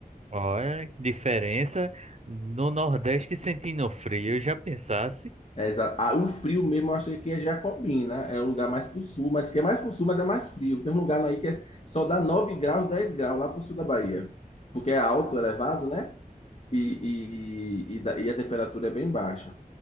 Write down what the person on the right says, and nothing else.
Olha, diferença. No Nordeste sentindo frio, eu já pensasse.